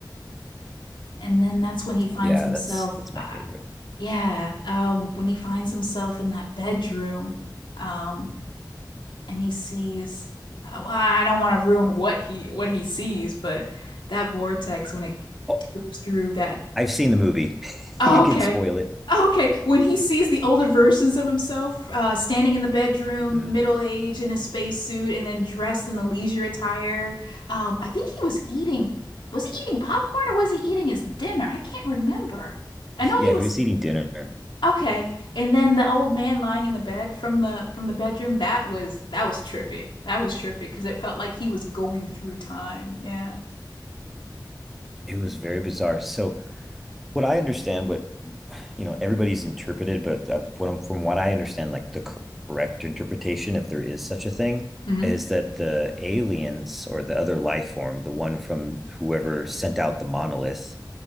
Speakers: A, on the left; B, in the centre.
A: And then that's when he finds
B: Yeah,
A: himself,
B: that's that's
A: uh,
B: my favorite.
A: yeah, um, when he finds himself in that bedroom, um, and he sees uh, well, I don't want to ruin what he what he sees, but that vortex when it
B: Oh,
A: goes through that
B: I've seen the movie. <laughs>
A: oh,
B: you can
A: okay.
B: spoil it.
A: oh, Okay, when he sees the older versions of himself uh, standing in the bedroom,
B: Mm-hmm.
A: middle-aged in his spacesuit, and then dressed in the leisure attire, um, I think he was eating. Was he eating popcorn or was he eating his dinner? I can't remember. I
B: Yeah,
A: know he was
B: he was eating dinner.
A: Okay. And then the old man lying in the bed from the from the bedroom, that was that was trippy. That was trippy because it felt like he was going through time. Yeah.
B: It was very bizarre. So what I understand, what you know everybody's interpreted but uh, from, from what i understand like the correct interpretation if there is such a thing
A: hmm
B: is that the aliens or the other life form the one from whoever sent out the monolith